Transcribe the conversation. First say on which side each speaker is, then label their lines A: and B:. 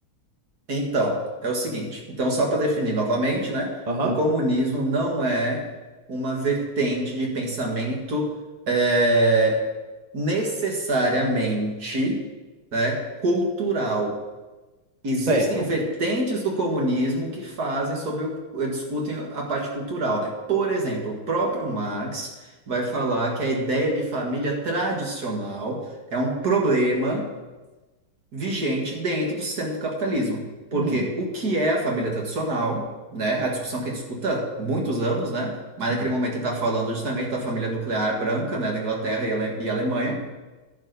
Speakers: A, on the right; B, on the right.
A: Então, é o seguinte. Então, só para definir novamente, né?
B: Aham,
A: O comunismo não é uma vertente de pensamento eh, necessariamente, né, cultural. Existem
B: certo.
A: vertentes do comunismo que fazem sobre o, eh, discutem a parte cultural, né? Por exemplo, o próprio Marx vai falar que a ideia de família tradicional é um problema vigente dentro do sistema do capitalismo, porque
B: Hum,
A: o que é a família tradicional, né? A discussão que a gente escuta há muitos anos, né? Mas
B: sim.
A: naquele momento ele está falando justamente da família nuclear branca, né? Da Inglaterra e Ale- e Alemanha